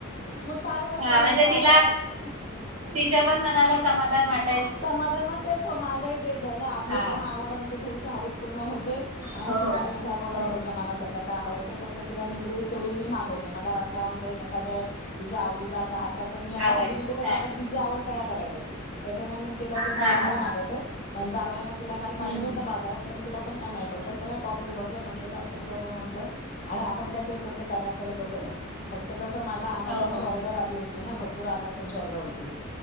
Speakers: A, on the left; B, on the right.
A: मग काय का
B: हा
A: करायचं
B: म्हणजे
A: आता
B: तिला
A: ह.
B: तिच्या पण मनाला समाधान वाटत.
A: समाधान मग ते स माझ तेच झालं, आपली
B: हा
A: पण आवड म्हणजे थोडीशी हवस पूर्ण होते. ते आणि
B: हो
A: तुम्हाला हे घ्या बाबा
B: हो
A: तुमच्या मनासारख. तिला काय हवं ते फक्त तिला मी ड्रेस तेवढं मी मागवते, मला वाटल ऑनलाइन एखाद तिच्या आवडीचा असा. मी आता
B: आवड
A: हल्ली म्हणजे कस
B: हा
A: आता तीची आवड. खायला लागलय. तर मी तिला ड्रेस
B: हा
A: वगैरे
B: हा
A: मागवते पण जावयान तिला काल
B: हम्म
A: पाठवलत
B: हम्म
A: बाजात. पण तिला पण काय नाही पटलं सर पॉकेट भरलं म्हटलं जा चल बाबा. म्हणल आणि आपण काय ते तसल करत बसलो नाही. फक्त कसं. तर मला आनारसांची
B: हो हो
A: ऑर्डर आली होती ना, भरपूर आनारसांची ऑर्डर आली होती.